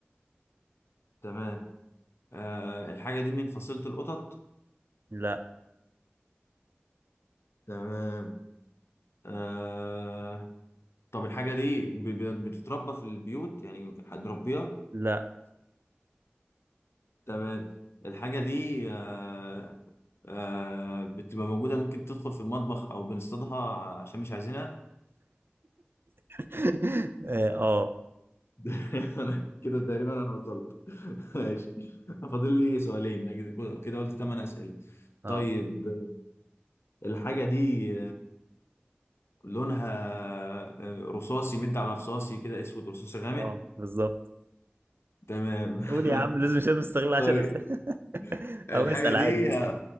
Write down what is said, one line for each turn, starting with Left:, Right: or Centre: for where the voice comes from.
Left: تمام آه الحاجة دي من فصيلة القطط
Right: لا
Left: تمام آه طب الحاجة دي ب- ب- بتتربى في البيوت يعني حد ربيها
Right: لا
Left: تمام الحاجة دي آه آه بتبقى موجودة ممكن تدخل في المطبخ أو بنصطادها عشان مش عايزينها
Right: <laughs> أه أه
Left: <laughs> أنا كده تقريبا أنا وصلت <laughs> ماشي فاضل لي سؤالين أنا كده كده قلت 8 أسئلة
Right: أه
Left: طيب الحاجة دي لونها آه، رصاصي مد على رصاصي كده اسود رصاصي غامق
Right: آه، بالظبط
Left: تمام
Right: قول
Left: <laughs>
Right: يا عم لازم مش مستغل 10
Left: طيب
Right: أسئلة <laughs>
Left: الحاجة
Right: أو اسأل
Left: دي
Right: عادي اسأل
Left: آه،